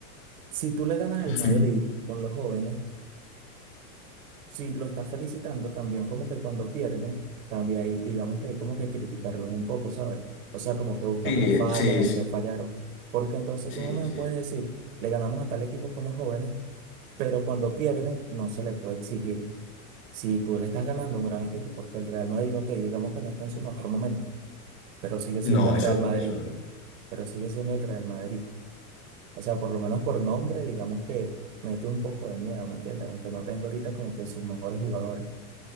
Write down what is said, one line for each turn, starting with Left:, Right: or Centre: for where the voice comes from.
Right: si tú le ganas al Madrid
Left: Sí.
Right: con los jóvenes, si lo estás felicitando, también como que cuando pierden, también hay, digamos que hay como que criticarlos un poco, ¿sabes? O sea, como que buscar
Left: Sí,
Right: las fallas,
Left: sí,
Right: en qué fallaron. Porque entonces
Left: sí,
Right: tú no me
Left: sí.
Right: puedes decir, le ganamos a tal equipo con los jóvenes, pero cuando pierden, no se le puede exigir. Si tú le estás ganando a un gran equipo, porque el Real Madrid, ok, digamos que no está en su mejor momento, pero sigue siendo
Left: No,
Right: el
Left: eso,
Right: Real Madrid,
Left: eso no.
Right: pero sigue siendo el Real Madrid. O sea, por lo menos por nombre, digamos que mete un poco de miedo, ¿me entiendes? Aunque no tengo ahorita como que sus mejores jugadores.